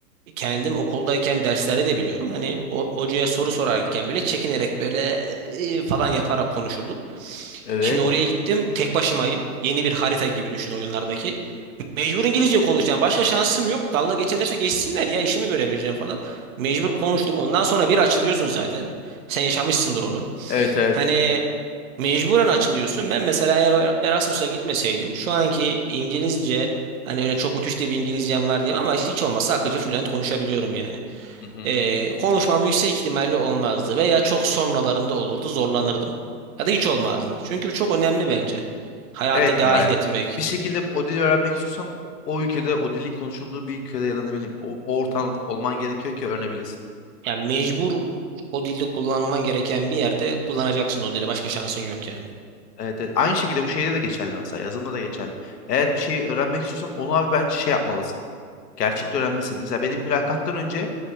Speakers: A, on the right (about 60°); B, on the left (about 85°).
A: kendim okuldayken derslerde de biliyorum. Hani o, hocaya soru sorarken bile çekinerek böyle "Ee," falan yaparak konuşurduk.
B: Evet.
A: Şimdi oraya gittim. Tek başımayım. Yeni bir harita gibi düşün oyunlardaki. Mecbur İngilizce konuşacağım. Başka şansım yok. Dalga geçerlerse geçsinler ya işimi göremeyeceğim falan. Mecbur konuştum. Ondan sonra bir açılıyorsun zaten. Sen yaşamışsındır onu.
B: Evet evet.
A: Hani mecburen açılıyorsun. Ben mesela eğer o Erasmus'a gitmeseydim şu anki İngilizce hani öyle çok müthiş de bir İngilizcem var diyeyim ama hiç olmazsa akıcı fluent konuşabiliyorum yani.
B: Hı hı.
A: Ee, konuşmam yüksek ihtimalle olmazdı veya çok sonralarında olurdu zorlanırdım. Ya da hiç olmazdı. Çünkü bu çok önemli bence. Hayatta
B: Evet
A: dahil
B: ya, ya
A: etmek.
B: bir şekilde o dili öğrenmek istiyorsan o ülkede o dilin konuşulduğu bir ülkede ya da ne bileyim o, o ortamda olman gerekiyor ki öğrenebilesin.
A: Yani mecbur o dili kullanman gereken bir yerde kullanacaksın o dili. Başka şansın yok yani.
B: Evet, evet. Aynı şekilde bu şeyde de geçerli mesela. Yazılımda da geçerli. Eğer bir şeyi öğrenmek istiyorsan onu abi bence şey yapmalısın. Gerçekte öğrenmelisin. Mesela benim mülakattan önce